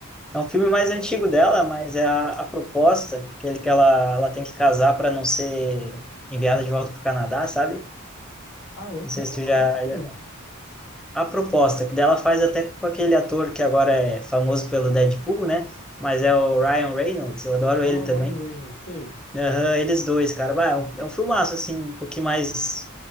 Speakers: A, in the centre; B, on the left (about 70°).
A: É um filme mais
B: Aham.
A: antigo dela, mas é a, a proposta, aquele que ela, ela tem que casar para não ser enviada de volta para o Canadá, sabe?
B: Ah, é?
A: Não
B: Como
A: sei
B: é que
A: se
B: é
A: tu
B: o nome
A: já,
B: desse filme?
A: já- A proposta, que dela faz até com aquele ator que agora é famoso pelo Deadpool, né? Mas é o Ryan Reynolds, eu adoro
B: Ah,
A: ele
B: o
A: também.
B: Ryan Reynolds, sei.
A: Aham, eles dois, cara. Bah, é um é um filmaço, assim, um pouquinho mais...